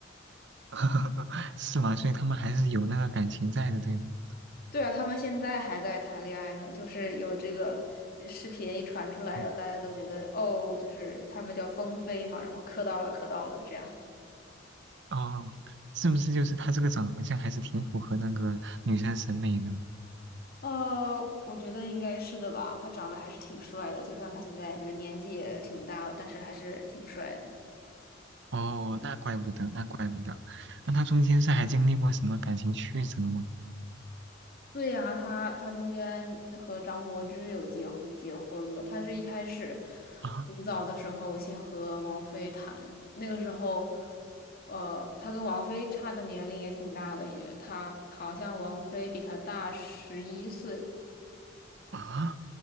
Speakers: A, on the right (about 60°); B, on the left (about 50°).
A: <laughs> 是吗？所以他们还是有那个感情在的，对吗？
B: <laughs> 对啊，他们现在还在谈恋爱呢，就是有这个呃视频一传出来，
A: 嗯，
B: 然后大家都觉得哦，就是他们叫风飞嘛，然后磕到了，磕到了这样。
A: 哦，是不是就是他这个长相还是挺符合那个女生审美的？
B: 呃，我觉得应该是的吧，他长得还是挺帅的，就算他现在就是年纪也挺大了，但是还是挺帅的。
A: 哦，那怪不得，那怪不得。那他中间是还经历过什么感情曲折吗？
B: 对呀、他他中间和张柏芝有结结婚了。他是一开始
A: 啊
B: 很早的时候先和王菲谈，那个时候，呃，他跟王菲差的年龄也挺大的耶，他好像王菲比他大十一岁。
A: 啊，